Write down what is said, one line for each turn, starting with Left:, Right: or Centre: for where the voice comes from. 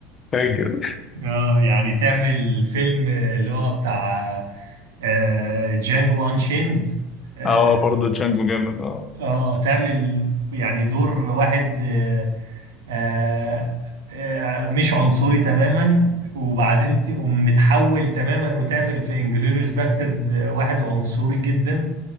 Left: فاكر
Right: اه يعني تعمل فيلم اللي هو بتاع آه جانجو انشيند اه
Left: اه برضه تشانجو جامد اه
Right: آه، تعمل يعني دور واحد آه آه آه، مش عنصري تماما وبعدين تقوم متحول تماما وتعمل في انجلوريوس باسترد واحد عنصري جدا